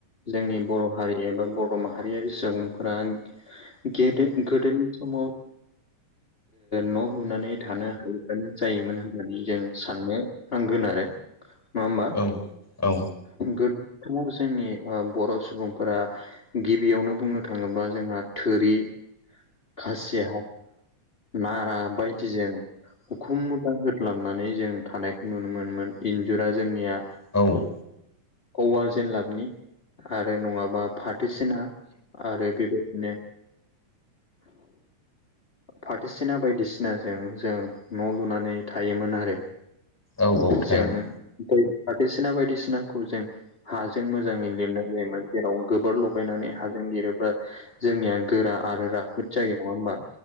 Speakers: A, on the left (about 25°); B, in the centre.
A: जोंनि बर' हारि एबा बर' माहारियारि सुबुंफोरा दो गोदोनि समाव न' लुनानै थानो हायबानो जायोमोन होननानै जों साननो नांगोन आरो नंङा होमबा
B: औ औ
A: गोदो समाव जोंनि बर' सुबुंफोरा गिबियावनो बुंनो थांङोबा जोंहा थोरि खासिया नारा खि जजों उखुम मुदा होदलाबनानै जों थानायखौ नुनो मोनोन इन्जुरा जोंनिया
B: औ
A: औवार जेन लाबनि आरो नंङाबा फाथोसिना आरो बेबायदिनो फाथोसिना बायदिसिनाजों जों न' लुनानै थायोमोन आरो
B: औ थायोमोन
A: जों बाथैसिना बायदिसिनाखौ जों हाजों मोजांङै लिरनाय जायोमोन जेराव गोबोर लगायनानै हाजों लिरोब्ला जोंनिया गोरा आरो राफोद जायो नंङा होमबा